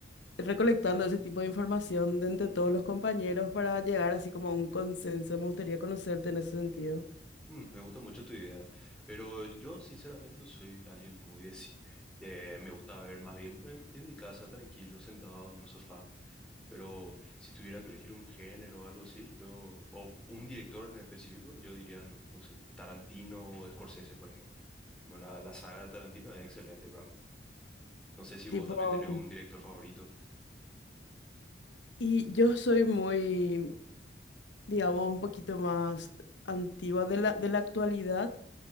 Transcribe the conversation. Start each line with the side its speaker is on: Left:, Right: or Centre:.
Left: recolectando ese tipo de información de entre todos los compañeros para llegar así como a un consenso. Me gustaría conocerte en ese sentido.
Centre: Mm, me gusta mucho tu idea, pero yo sinceramente no soy alguien muy de cine. Eh, me gusta ver más bien en, en mi casa, tranquilo, sentado en un sofá. Pero si tuviera que elegir un género o algo así, yo, o un director en específico, yo diría, no, no sé, Tarantino o Scorsese, por ejemplo. Como la, la saga de Tarantino es excelente para mí. No sé si vos
Left: Tipo,
Centre: también tenés un director favorito.
Left: y yo soy muy digamos, un poquito más antigua de la, de la actualidad.